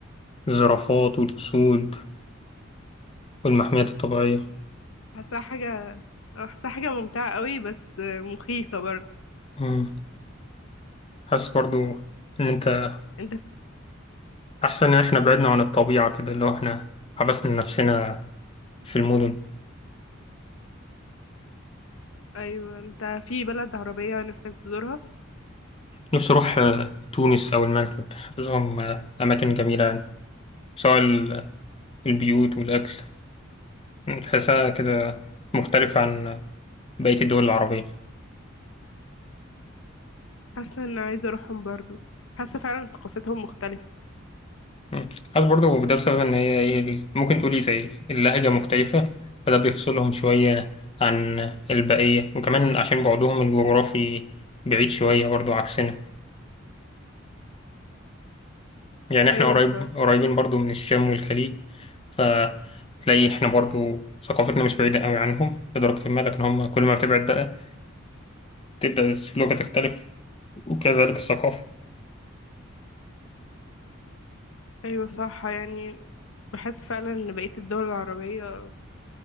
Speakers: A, on the left (about 30°); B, on the left (about 85°).
A: الزرافات والأسود والمحميات الطبيعية
B: حاساها حاجة حاساها حاجة ممتعة قوي بس آه، مخيفة برضه
A: مم. حاسس برضو إن أنت
B: أنت في...
A: أحسن إن إحنا بعدنا عن الطبيعة كده اللي هو إحنا حبسنا نفسنا في المدن
B: أيوة أنت في بلد عربية نفسك تزورها؟
A: نفسي أروح آه، تونس أو المغرب حاسسهم آه، أماكن جميلة يعني سواء ال- البيوت والأكل تحسها كده مختلفة عن بقية الدول العربية
B: حاسة ان عايزة اروحهم برضو حاسة فعلا ثقافتهم مختلفة
A: مم. حاسس برضه ده بسبب إن هي إيه ال- ممكن تقولي زي اللهجة مختلفة فده بيفصلهم شوية عن البقية وكمان عشان بعدهم الجغرافي بعيد شوية برضه عكسنا يعني إحنا
B: ايوه
A: قريب
B: ف...
A: قريبين برضه من الشام والخليج فتلاقي إحنا برضه ثقافتنا مش بعيدة أوي عنهم لدرجة ما لكن هم كل ما بتبعد بقى تبدأ اللغة تختلف وكذلك الثقافة
B: ايوه صح يعني بحس فعلا ان بقية الدول العربية